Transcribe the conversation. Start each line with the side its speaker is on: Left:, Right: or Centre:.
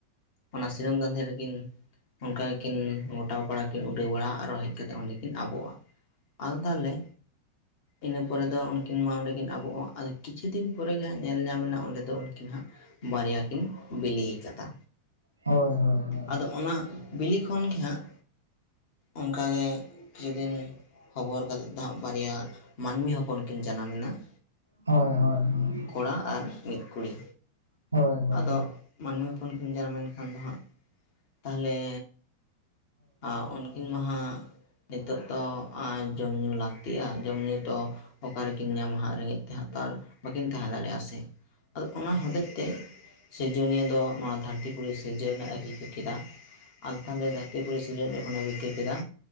Left: ᱚᱱᱟ ᱥᱤᱨᱚᱢ ᱫᱟᱸᱫᱷᱮ ᱨᱮ ᱠᱤᱱ, ᱚᱱᱠᱟ ᱜᱮᱠᱤᱱ ᱜᱚᱴᱟᱣ ᱯᱟᱲᱟ ᱠᱤᱱ ᱩᱰᱟᱹᱣ ᱵᱟᱲᱟ ᱟᱨᱚ ᱦᱮᱡ ᱠᱟᱛᱮ ᱚᱸᱰᱮ ᱠᱤᱱ ᱟᱵᱚᱜ-ᱟ ᱾ ᱟᱫᱚ ᱛᱟᱦᱚᱞᱮ ᱤᱱᱟᱹ ᱯᱚᱨᱮ ᱫᱚ ᱩᱱ ᱠᱤᱱ ᱢᱟ ᱚᱸᱰᱮ ᱠᱤᱱ ᱟᱵᱚᱜ-ᱟ, ᱟᱨ ᱠᱤᱪᱷᱩ ᱫᱤᱱ ᱯᱚᱨᱮ ᱜᱮ ᱦᱟᱸᱜ ᱧᱮᱞ ᱧᱟᱢᱮᱱᱟ ᱚᱸᱰᱮ ᱫᱚ ᱩᱱᱠᱤᱱ, ᱦᱟᱸᱜ ᱵᱟᱨᱭᱟ ᱠᱤᱱ ᱵᱮᱞᱮ ᱠᱟᱫᱟ᱾
Right: ᱦᱳᱭ ᱦᱳᱭ,
Left: ᱟᱫᱚ ᱚᱱᱟ ᱵᱤᱞᱤ ᱠᱷᱚᱱ ᱜᱮ ᱦᱟᱸᱜ ᱚᱱᱠᱟ ᱜᱮ ᱠᱤᱪᱷᱩ ᱫᱤᱱ, ᱦᱚᱵᱚᱨ ᱠᱟᱛᱮᱫ ᱫᱚ ᱦᱟᱸᱜ ᱵᱟᱨᱭᱟ ᱢᱟᱹᱱᱢᱤ ᱦᱚᱯᱚᱱ ᱠᱤᱱ ᱡᱟᱱᱟᱢᱮᱱᱟ ᱾
Right: ᱦᱳᱭ ᱦᱳᱭ ᱦᱳᱭ,
Left: ᱢᱤᱫ ᱠᱚᱲᱟ ᱟᱨ ᱢᱤᱫ ᱠᱩᱲᱤ,
Right: ᱦᱳᱭ ᱦᱳᱭ,
Left: ᱟᱫᱚ ᱢᱟᱹᱱᱢᱤ ᱦᱚᱯᱚᱱ ᱠᱤᱱ ᱡᱟᱱᱟᱢ ᱮᱱ ᱠᱷᱟᱱ ᱫᱚ ᱦᱟᱸᱜ, ᱛᱟᱦᱚᱞᱮ ᱩᱱ ᱠᱤᱱ, ᱩᱱ ᱢᱟᱦᱟᱸᱜ ᱱᱤᱛᱯᱜ ᱫᱚ ᱡᱚᱢ ᱧᱩ ᱞᱟᱹᱠᱛᱤᱜ-ᱟ, ᱡᱚᱢ-ᱧᱩ ᱫᱚ ᱚᱠᱟ ᱨᱮᱠᱤᱱ ᱧᱟᱢᱟ ᱦᱟᱸᱜ-ᱟ, ᱨᱮᱸᱜᱮᱡ ᱛᱮ ᱦᱟᱸᱜ ᱛᱚ ᱟᱨ ᱵᱟᱠᱤᱱ ᱛᱟᱸᱦᱮ ᱫᱟᱲᱮᱭᱟᱜ-ᱟ ᱥᱮ, ᱟᱫᱚ ᱚᱱᱟ ᱦᱚᱛᱮᱡ ᱛᱮ ᱥᱤᱨᱡᱚᱱᱤᱭᱟᱹ ᱫᱚ ᱱᱚᱣᱟ ᱫᱷᱟᱹᱨᱛᱤ ᱯᱩᱨᱤ ᱥᱤᱨᱡᱟᱹᱣ ᱨᱮᱱᱟᱜ ᱮ ᱨᱤᱠᱟᱹ ᱠᱮᱫᱟ ᱟᱫᱚ ᱛᱟᱦᱚᱞᱮ ᱫᱷᱟᱹᱨᱛᱤ ᱯᱩᱨᱤ ᱥᱤᱨᱡᱚᱱ ᱡᱚᱠᱷᱚᱱᱮ ᱨᱤᱠᱟᱹ ᱠᱮᱫᱟ